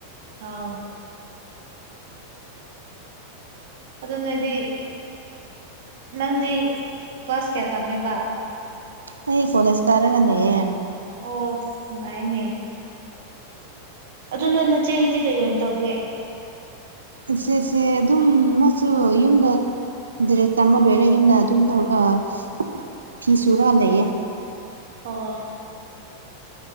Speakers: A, on the right; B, on the right.
A: ꯑꯥꯎ ꯑꯗꯨ ꯅ‌ꯣꯏꯗꯤ ꯅꯪꯗꯤ ꯀ꯭ꯂꯁ ꯀꯌꯥ ꯇꯝꯃꯦꯕ
B: ꯑꯩ ꯀꯣꯂꯦꯖ ꯀꯥꯔꯒ ꯂꯩꯌꯦ
A: ꯑꯣ ꯅꯨꯡꯉꯥꯏꯌ‌ꯦꯅꯦ ꯑꯗꯨ ꯅꯣꯏ ꯅꯆꯦꯗꯤ ꯀꯩ ꯑꯣꯏꯅ ꯇꯧꯒꯦ
B: ꯏꯆꯦꯁꯦ ꯑꯗꯨꯝ ꯃꯁꯨ ꯌꯨꯝꯗ ꯗꯥꯏꯔꯦꯛ ꯇꯝꯕꯂ‌ꯣꯏꯔꯦ ꯌꯨꯝꯗ ꯑꯗꯨꯝ ꯑꯥ ꯐꯤ ꯁꯨꯔꯒ ꯂꯩꯌꯦ
A: ꯑꯣ